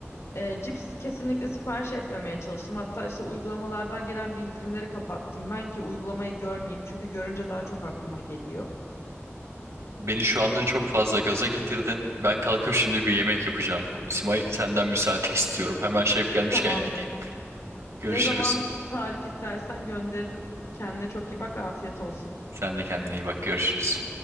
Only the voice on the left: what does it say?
Ee, cips kesinlikle sipariş etmemeye çalıştım. Hatta işte uygulamalardan gelen bildirimleri kapattım. Ben ki uygulamayı görmeyeyim çünkü görünce daha çok aklıma geliyor.
Tamamdır.
Ne zaman tarif istersen gönderirim. Kendine çok iyi bak. Afiyet olsun.